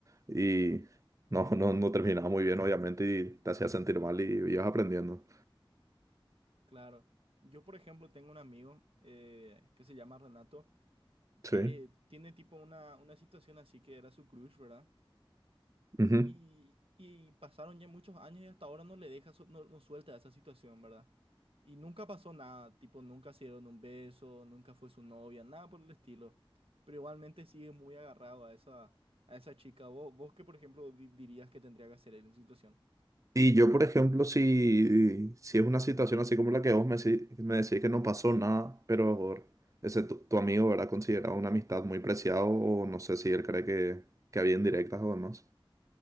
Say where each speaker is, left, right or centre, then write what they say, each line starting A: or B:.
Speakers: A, on the right (about 35°); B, on the right (about 80°).
A: y no, no, no terminaba muy bien, obviamente, y te hacía sentir mal y ibas aprendiendo.
B: Claro. Yo, por ejemplo, tengo un amigo eh, que se llama Renato,
A: Sí.
B: que tiene tipo una, una situación así que era su crush, ¿verdad?
A: Ujú.
B: Y, y pasaron ya muchos años y hasta ahora no le deja, su- no, no suelta esa situación, ¿verdad? Y nunca pasó nada, tipo, nunca se dieron un beso, nunca fue su novia, nada por el estilo. Pero igualmente sigue muy agarrado a esa, a esa chica. ¿Vos, vos qué, por ejemplo, di- dirías que tendría que hacer él en su situación?
A: Y yo, por ejemplo, si, si es una situación así como la que vos me, decí- me decís que no pasó nada, pero ese tu, tu amigo, ¿verdad? Considerado una amistad muy preciada o no sé si él cree que, que había indirectas o demás.